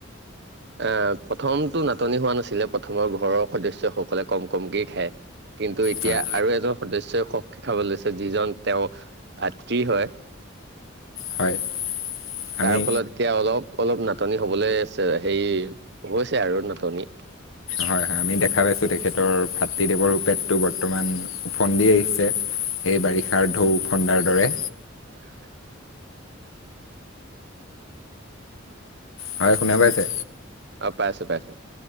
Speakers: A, on the right; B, on the left.
A: অ প্ৰথমটো নাটনি হোৱা নাছিলে প্ৰথমৰ ঘৰৰ সদস্যসকলে কম কমকেই খায়। কিন্তু এতিয়া
B: হয়।
A: আৰু এজন সদস্যয়ই কম খাব লৈছে। যিজন তেওঁ ভাতৃ হয়।
B: হয়। আমি
A: তাৰ ফলত এতিয়া অলপ অলপ নাটনি হ'বলৈছে হেৰি হৈছে আৰু। ধনি।
B: হয় হয়। আমি দেখা পাইছোঁ তেখেতৰ ভাতৃদেৱৰপেটটো বৰ্তমান ওফন্দি আহিছে। এই বাৰিষাৰ ঢৌ ফন্দাৰ দৰে।
A: <inaudible>
B: হয় শুনা পাইছে?
A: অ পাইছোঁ পাইছোঁ।